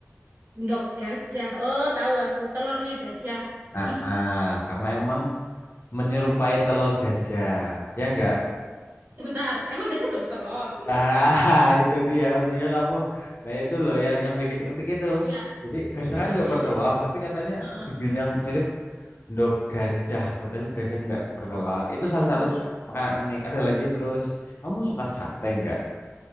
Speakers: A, on the right; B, on the left.
A: Endok gajah. Oh, tahu aku. Telurnya gajah. <laughs>
B: Ah, ah, karena emang menyerupai telur gajah. Ya nggak?
A: Sebentar. Emang gajah bertelur? Enggak
B: Ah,
A: kan?
B: <laughs> itu dia untungnya kamu. Nah, itu loh yang yang bikin unik itu.
A: Iya.
B: Jadi gajah
A: Iya,
B: kan
A: iya,
B: nggak
A: iya,
B: bertelur,
A: iya.
B: tapi katanya
A: Heeh.
B: dibilang mirip endog gajah, padahal gajah nggak bertelur. Itu salah
A: Iya.
B: satu makanan unik. Ada lagi terus, kamu suka sate nggak?